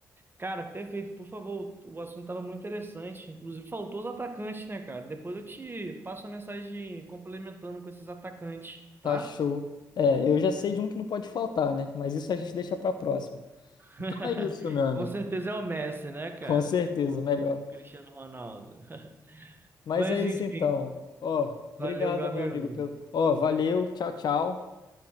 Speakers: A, on the right; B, on the left.
A: Cara, perfeito. Por favor, o assunto estava muito interessante. Inclusive, faltou os atacantes, né, cara? Depois eu te passo a mensagem complementando com esses atacantes,
B: Tá
A: tá?
B: show. É, eu já sei de um que não pode faltar, né? Mas isso a gente deixa para próxima.
A: <laughs>
B: Então é isso, meu amigo.
A: Com certeza é o Messi, né, cara?
B: Com certeza,
A: O
B: melhor.
A: Cristiano Ronaldo. <laughs>
B: Mas
A: Mas
B: é isso
A: enfim,
B: então. Ó, obrigado,
A: valeu, meu amigo.
B: meu amigo, pelo. Ó, valeu. Tchau, tchau.